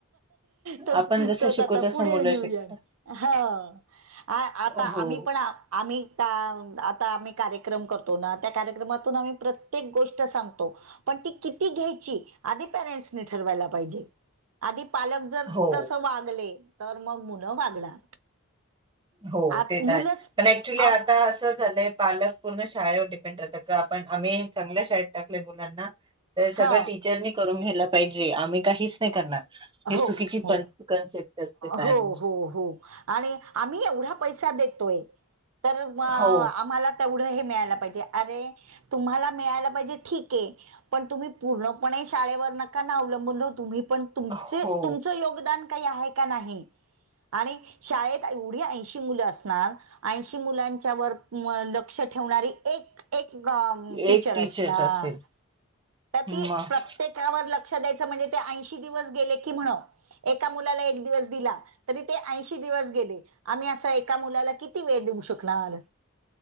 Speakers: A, on the right; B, on the right.
A: तोच
B: आपण जसं
A: तोच
B: शिकू
A: आता
B: तसं
A: पुढे
B: मुलं
A: नेऊ
B: शिकतात
A: या हा आ आता
B: हो
A: आम्ही पण आम्ही आ-आता आम्ही कार्यक्रम करतो, ना त्या कार्यक्रमातून आम्ही प्रत्येक गोष्ट सांगतो पण ती किती घ्यायची आधी पॅरेंट्स ठरवायला पाहिजे, आधी पालक जर
B: हो
A: तस वागले तर मग मुलं वागणार
B: हो
A: आत
B: ते
A: मुलंच
B: तरय पण ऍक्च्युली
A: आव
B: आता असं झालंय पालक शळेवर पेंण आम्ही चांगल्या शळेताक मुलां सगळीचर
A: हा
B: करून घ्यायला पाहिजे आम्ही काहीच नाही करणार हे
A: हो
B: चुकीची
A: हो
B: कन्सेप्ट असते पॅरेंट्सची
A: हो हो हो आणि आम्ही एवढा पैसा देतोय तर म
B: हो
A: आम्हाला तेवढं हे मिळाला पाहिजे अरे तुम्हाला मिळाला पाहिजे ठिक्ये पण तुम्ही पूर्णपणे शाळेवर नका ना अवलंबून राहू तुम्ही पण
B: हो
A: <unintelligible> तुमचं योगदान काही आहे का नाही आणि शाळेत एवढी ऐंशी मुलं असणार ऐंशी मुलांच्या वर लक्ष ठेवणारी एक एक टीचर
B: एक
A: अशणार
B: असेल
A: तर ती
B: मग
A: प्रत्येकावर लक्ष द्या म्हणजे ते ऐंशी दिवस गेले की म्हनं एका मुलाला एक दिवस दिला तरी ते ऐंशी दिवस गेले आम्ही असा एका मुलाला किती वेळ देऊ शकणार